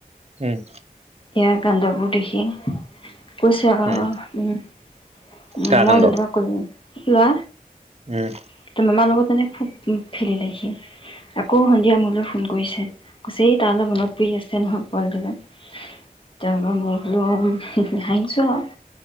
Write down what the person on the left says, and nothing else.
এয়াৰ কাণ্ডবোৰ দেখি কৈছে আৰু
উম। উম,
মই
জানোঁ তোমাক <unintelligible> লোৱা।
এতিয়া মামাৰ লগত মানে খুব উম, খেলিলে সি, আকৌ সন্ধিয়া মোলৈ ফোন কৰিছে। আছেই, তাৰলৈ মনত পৰি আছে নহয়। <unintelligible> তাৰ পৰা মই বোলো অ', হাহিছো অ'।